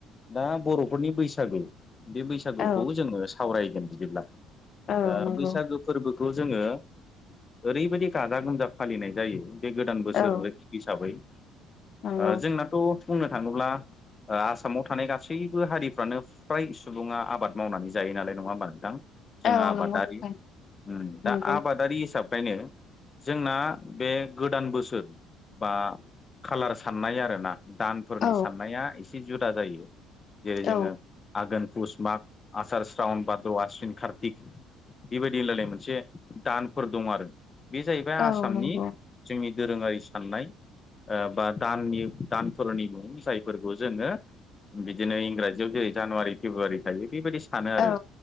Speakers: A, on the left; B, on the left.
A: दा बर'फोरनि बैसागु बे बैसागुखौबो
B: औ
A: जोङो सावरायगोन बिदिब्ला
B: औ
A: ओ
B: नंगौ
A: बैसागो फोरबोखौ जोङो ओरैबायदि गाजा गोमजा फालिनाय जायो बे गोदान बोसोर
B: औ
A: हिसाबै
B: नंगौ
A: ओ जोंनाथ' बुंनो थाङोब्ला आसामाव थानाय गासैबो हारिफ्रानो फ्राय सुबुङा आबाद मावनानै जायो नालाय नङा होनोमबा नोंथां।
B: औ
A: जोङो आबादारि
B: नंगौ नोंथां
A: उम
B: नंगौ
A: दा आबादारि हिसाब बेयनो जोंना बे गोदान बोसोर बा कालार साननाय आरो ना दानफोरनि
B: औ
A: साननाया एसे जुदा जायो जेरै जोङो
B: औ
A: आघोन पुस माग आसचार स्रावन बाद्र आसिन कार्तिक बेबायदि होनलायलाय मोनसे दानफोर दं आरो बे जाहैबाय
B: औ
A: आसामनि
B: नंगौ
A: जोंनि दोरोङारि साननाय ओ बा दाननि दान धरनि मुं जायफोरखौ जोङो बिदिनो इंराजियाव जेरै जानुवारि फेब्रुवारि थायो बेबादि सानो
B: औ
A: आरो